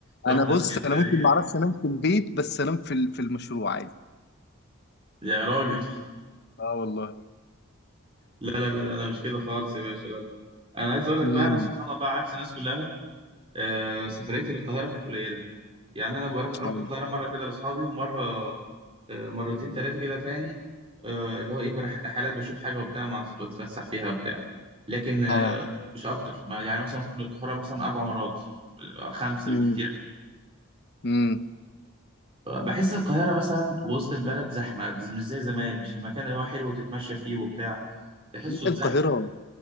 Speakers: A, on the right (about 25°); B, on the left (about 50°).
A: رحنا
B: انا بص
A: اسكندرية
B: انا ممكن ما اعرفش انام في البيت بس انام في ال- في المشروع عادي
A: يا راجل
B: اه والله
A: لا لا لا لا، انا مش كده خالص يا باشا لا انا عايز اقول لك
B: امم
A: بقى انا سبحان الله عكس الناس كلها آه سفريتي للقاهره كانت قليله يعني انا بروح رحت
B: اه
A: القاهره مره كده لاصحابي ومره آه مرتين ثلاثه كده تاني آه اللي هو ايه برح- رحلات بشوف حاجه وبتاع مع أص- بتفسح فيها وبتاع لكن آه
B: اه
A: مش اكتر ما يعني مثلا ممكن القاهره مثلا اربع مرات آه، خمسه
B: امم
A: بالكتير
B: امم
A: فبحس القاهره مثلا وسط البلد زحمه مش زي زمان مش المكان اللي هو حلو تتمشى فيه وبتاع تحسه اتزحم
B: القاهره